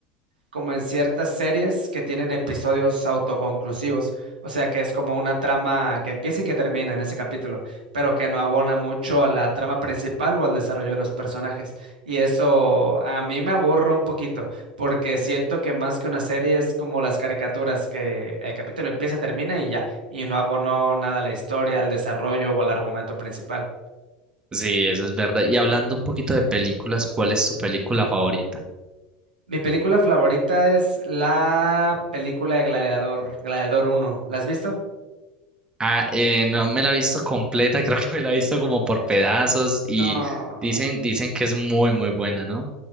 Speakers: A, on the right; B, on the right.
A: como en ciertas series que tienen episodios autoconclusivos, o sea que es como una trama que empieza y que termina en ese capítulo, pero que no abona mucho a la trama principal o al desarrollo de los personajes. Y eso a mí me aburre un poquito, porque siento que más que una serie es como las caricaturas, que el capítulo empieza, termina y ya, y no abonó nada a la historia, al desarrollo o al argumento principal.
B: Sí, eso es verdad. Y hablando un poquito de películas, ¿cuál es tu película favorita?
A: Mi película favorita es la película de Gladiador, Gladiador uno ¿La has visto?
B: Ah, eh, no me la he visto completa, <laughs> creo que me la he visto como por pedazos y
A: No.
B: dicen, dicen que es muy, muy buena, ¿no?